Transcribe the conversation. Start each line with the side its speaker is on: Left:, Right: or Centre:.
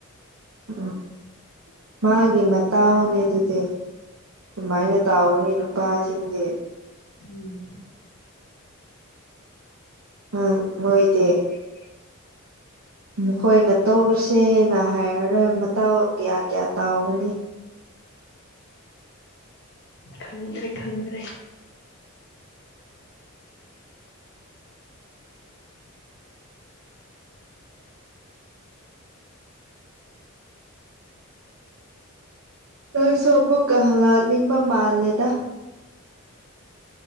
Right: ꯎꯝ ꯃꯥꯒꯤ ꯃꯇꯥꯎꯅꯦ ꯑꯗꯨꯗꯤ ꯁꯨꯃꯥꯏꯅ ꯇꯥꯎꯒꯅꯤ ꯅꯨꯄꯥꯁꯤꯡꯗꯤ
Left: ꯎꯝ
Right: ꯎꯝ ꯃꯣꯏꯗꯤ
Left: ꯑꯩꯦ <inaudible>
Right: ꯃꯈꯣꯏꯅ ꯇꯣꯛꯔꯁꯦ ꯍꯥꯏꯔꯔꯣꯏ ꯃꯇꯥꯎ ꯀꯌꯥ ꯀꯌꯥ ꯇꯥꯎꯒꯅꯤ
Left: ꯈꯪꯗ꯭ꯔꯦ ꯈꯪꯗ꯭ꯔꯦ
Right: ꯅꯣꯢꯁꯨ ꯑꯃꯨꯛꯀ ꯂꯥꯛꯅꯤꯡꯕ ꯃꯥꯜꯂꯦꯗ